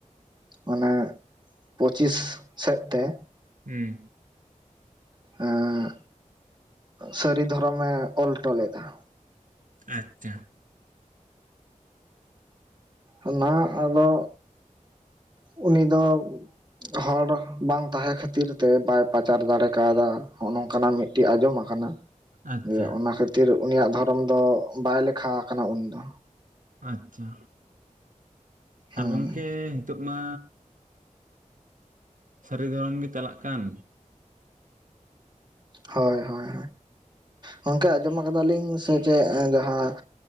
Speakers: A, on the right; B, on the right.
A: ᱢᱟᱱᱮ ᱯᱚᱪᱤᱥ ᱥᱮᱫ ᱛᱮ
B: ᱦᱮᱸ᱾
A: ᱮᱸ ᱥᱟᱹᱨᱤ ᱫᱷᱚᱨᱚᱢᱮ ᱚᱞ ᱴᱚ ᱞᱮᱫᱟ᱾
B: ᱟᱪᱪᱷᱟ᱾
A: ᱚᱱᱟ ᱟᱫᱚ ᱩᱱᱤ ᱫᱚ᱾ ᱦᱚᱲ ᱵᱟᱝ ᱛᱟᱦᱮᱸ ᱠᱷᱟᱹᱛᱤᱨ ᱛᱮ ᱵᱟᱭ ᱯᱪᱟᱨ ᱫᱟᱲᱮ ᱠᱟᱣᱫᱟ ᱱᱚ ᱱᱚᱝᱠᱟᱱᱟᱜ ᱢᱤ ᱟᱸᱡᱚᱢᱟ ᱠᱟᱱᱟ᱾
B: ᱟᱪᱪᱷᱟ
A: ᱡᱮ ᱚᱱᱟ ᱠᱷᱟᱹᱛᱤᱨ ᱩᱱᱤᱭᱟᱜ ᱫᱷᱚᱨᱚᱢ ᱫᱚ ᱵᱟᱭ ᱞᱮᱠᱷᱟ ᱠᱟᱱᱟ ᱩᱱ ᱫᱚ᱾
B: ᱟᱪᱪᱷᱟ᱾
A: ᱦᱩᱸ
B: ᱟᱨ ᱜᱚᱝᱠᱮ ᱱᱤᱛᱚᱜ ᱢᱟᱻ ᱥᱟᱹᱨᱤ ᱫᱷᱚᱨᱚᱢ ᱜᱮ ᱪᱟᱞᱟᱜ ᱠᱟᱱ᱾
A: ᱦᱳᱭ ᱦᱳᱭ ᱜᱚᱱᱠᱮ ᱟᱸᱡᱚᱢᱟ ᱠᱟᱫᱟ ᱞᱤᱧ ᱥᱮ ᱪᱮᱫ ᱡᱟᱦᱟᱸ